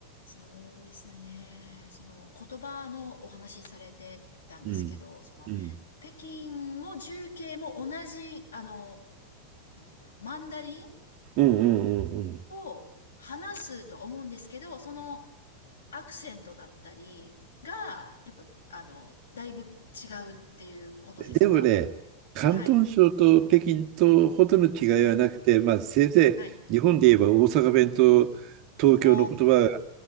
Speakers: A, on the left; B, on the right.
A: そうですね。その言葉のお話しされてたんですけど、
B: うん。
A: その北京も重慶も同じ、
B: うん。
A: あの、なんて言うんだろう、マンダリン
B: うんうんうん
A: を話すと思うんですけど、そのアクセントだったりが、やっぱ、あの、だいぶ違うっていうことですか
B: うん。でもね、広東省と北京とほどの違いはなくて、
A: はい。はい。
B: まあ、せいぜい日本で言えば大阪弁と東京の言葉が、
A: はい。お